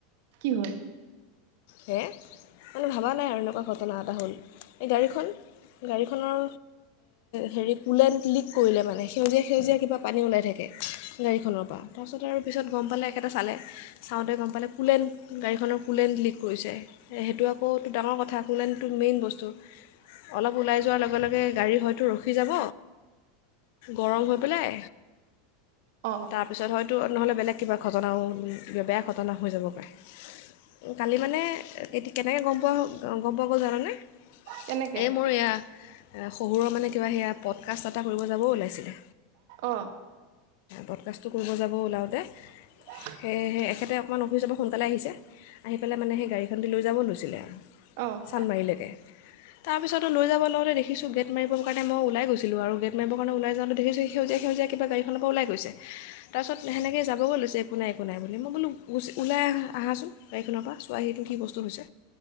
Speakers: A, on the right (about 65°); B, on the left (about 65°).
A: কি হল?
B: হে মানে ভাবা নাই আৰু এনেকোৱা ঘটনা এটা হ'ল। এই গাড়ীখন গাড়ীখনৰ হেৰি কুলেণ্ট লিক কৰিলে মানে, সেউজীয়া সেউজীয়া কিবা পানী ওলাই থাকে। গাড়ীখনৰ পৰা। তাৰ পাছত আৰু পিছত গম পালে একেটা চালে। চাওঁতে গম পালে কুলেণ্ট গাড়ীখনৰ কুলেণ্ট লিক কৰিছে। সেইটো আকৌ ডাঙৰ কথা। মেইন বস্তু, অলপ ওলাই যোৱাৰ লগে লগে গাডী হয়টো ৰখি যাব গৰম হৈ পেলাই
A: অ'।
B: তাৰপিছত হয়তো নহ'লে বেলেগ কিবা ঘটনাও কিবা বেয়া ঘটনা হৈ যাব পাৰে। কালি মানে এ কেনেকৈ গম পোৱা গম পোৱা গ'ল জানানে?
A: কেনেকে?
B: এই মোৰ এয়া শহুৰৰ মানে কিবা সেয়া পডকাষ্ট এটা কৰিব যাবও ওলাইছিলো
A: অ',
B: পডকাষ্টটো কৰিব যাব ওলাওঁতে
A: <unintelligible>
B: সেয়ে এখেতে অকণমান অফিচৰ পৰা সোনকালে আহিছে, আহি পেলাই মানে সেই গাড়ীখন দি লৈ যাব লৈছিলে।
A: অ',
B: চানমাৰীলৈকে। তাৰপিছত লৈ যাব লগলে দেখিছোঁ গেট মাৰিব কাৰে মই ওলাই গৈছিলোঁ আৰু, গেট মাৰিবৰ কাৰণে ওলাই যাওঁতে দেখিছোঁ সেই সেউজীয়া সেউজীয়া কিবা গাড়ীখনৰ পৰা ওলাই গৈছে, তাৰ পাছত সেনেকে যাবগৈ লৈছে একো নাই বনাই বুলি মই বোলো গ ওলাই আহা আহাচোন গাড়ীখনৰ পৰা চোৱা সেইটো কি বস্তু হৈছে